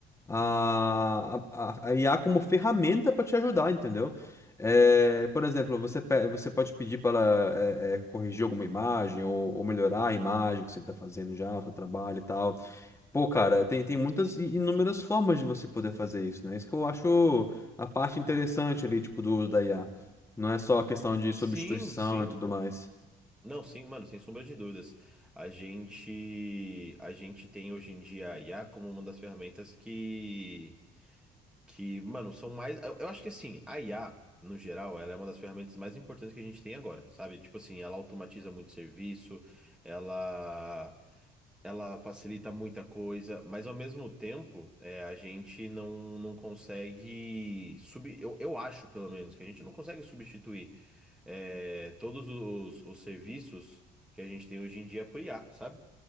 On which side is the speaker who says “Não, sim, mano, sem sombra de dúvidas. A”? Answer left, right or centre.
Centre